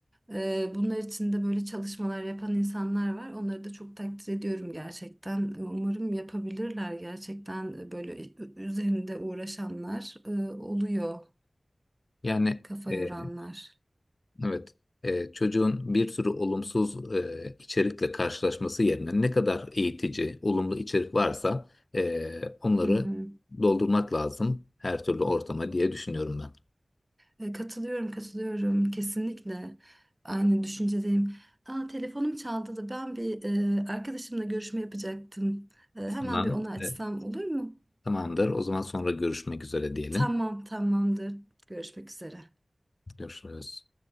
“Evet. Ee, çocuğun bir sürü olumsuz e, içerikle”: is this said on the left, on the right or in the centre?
Left